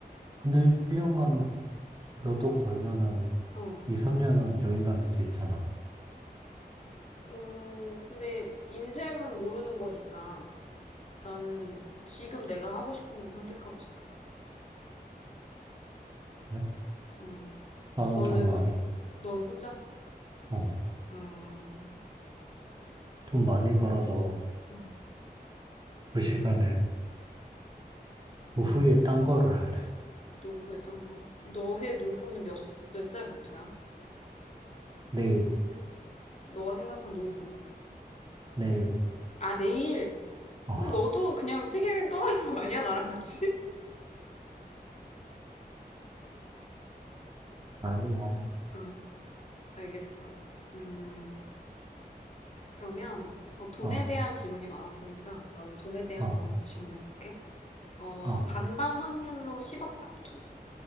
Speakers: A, on the right; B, on the left.
A: 근데 1년간 몇억 벌면은
B: 어.
A: 2, 3년은 여행 다닐 수 있잖아.
B: 음, 근데 인생은 모르는 거니까 나는 지금 내가 하고 싶은 걸 선택하고 싶어.
A: 네?
B: 음,
A: 나는
B: 너는,
A: 돈 많이,
B: 넌 후자?
A: 어,
B: 음,
A: 돈 많이 벌어서
B: 음,
A: 그 시간에 노후에 딴 거를 할래.
B: 노후에 딴 거. 너의 노후는 몇, 스- 몇 살부터야?
A: 내일,
B: 너가 생각한 노후.
A: 내일.
B: 아, 내일?
A: 어,
B: 그럼 너도 그냥 세계여행 떠나는 거 아니야? 나랑 같이?
A: 아니야.
B: <laughs> 응, 알겠어. 음, 그러면 어, 돈에
A: 어,
B: 대한 질문이 많았으니까 나도 돈에 대한
A: 어,
B: 거 한번 질문해볼게. 어,
A: 어.
B: 반반 확률로 10억 받기.